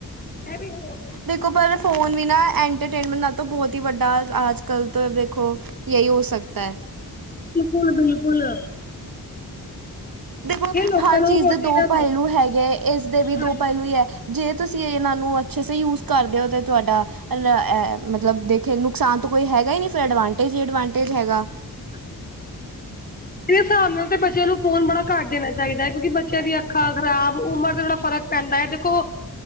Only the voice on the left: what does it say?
ਐਵੀਂ ਹੋਣ
ਬਿਲਕੁਲ-ਬਿਲਕੁਲ।
ਲੋਕਾਂ
ਨੂੰ
ਰੋਟੀ
ਨਾ
ਹਾਂਜੀ
<inaudible> ਇਹਦੇ ਸਾਬ੍ਹ ਨਾਲ ਤੇ ਬੱਚਿਆਂ ਨੂੰ ਫ਼ੋਨ ਬੜਾ ਘੱਟ ਦੇਣਾ ਚਾਹੀਦਾ ਏ। ਕਿਉਂਕਿ ਬੱਚਿਆਂ ਦੀਆਂ ਅੱਖਾਂ ਖ਼ਰਾਬ, ਉਮਰ ਤੇ ਥੋੜਾ ਫ਼ਰਕ ਪੈਂਦਾ ਆ। ਦੇਖੋ